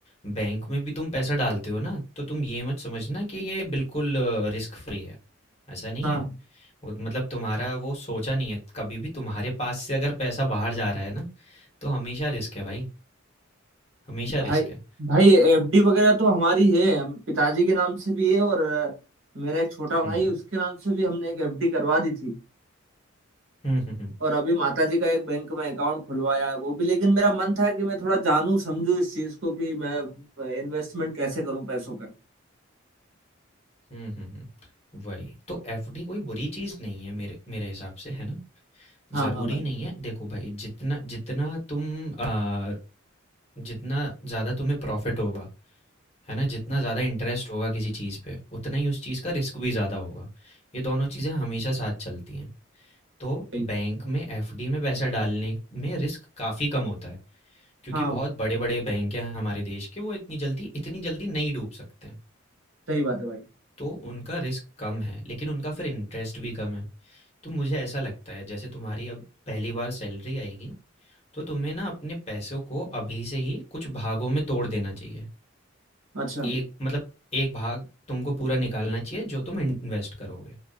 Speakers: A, on the left; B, on the right.
A: बैंक में भी तुम पैसा डालते हो ना तो तुम ये मत समझना कि ये बिल्कुल रिस्क फ्री है ऐसा नहीं
B: हाँ
A: है वो मतलब तुम्हारा वो सोचा नहीं है कभी भी तुम्हारे पास से अगर पैसा बाहर जा रहा है ना तो हमेशा रिस्क है भाई हमेशा
B: भाई
A: रिस्क है
B: भाई एफडी वगैरह तो हमारी है पिताजी के नाम से भी है और अ, मेरा एक छोटा भाई
A: हम्म
B: है उसके नाम से भी हमने एक एफडी करवा दी थी
A: हम्म हम्म
B: और अभी माताजी का एक बैंक में अकाउंट खुलवाया है वो भी लेकिन मेरा मन था कि मैं थोड़ा जानूं समझूं इस चीज को कि मैं इन्वेस्टमेंट कैसे करूं पैसों का
A: हम्म हम्म हम्म, हम्म। वही तो एफडी कोई बुरी चीज़ नहीं है मेरे मेरे हिसाब से है ना
B: हाँ
A: ज़रूरी
B: हाँ भाई
A: नहीं है देखो भाई जितना जितना तुम आ, जितना ज़्यादा तुम्हें प्रॉफिट होगा है ना जितना ज़्यादा इंटरेस्ट होगा किसी चीज़ पे उतना ही उस चीज़ का रिस्क भी ज़्यादा होगा ये दोनों चीज़ें हमेशा साथ चलती हैं तो
B: भाई,
A: बैंक में एफडी में पैसा डालने में रिस्क काफ़ी कम होता है क्योंकि
B: हाँ
A: बहुत बड़े बड़े बैंक हैं हमारे देश के वो इतनी जल्दी इतनी जल्दी नहीं डूब सकते हैं
B: सही बात है भाई
A: तो उनका रिस्क कम है लेकिन उनका फिर इंटरेस्ट भी कम है तो मुझे ऐसा लगता है जैसे तुम्हारी अब पहली बार सैलरी आएगी तो तुम्हें ना अपने पैसों को अभी से ही कुछ भागों में तोड़ देना चाहिए
B: अच्छा
A: एक मतलब एक भाग तुमको पूरा निकालना चाहिए जो तुम इन्वेस्ट करोगे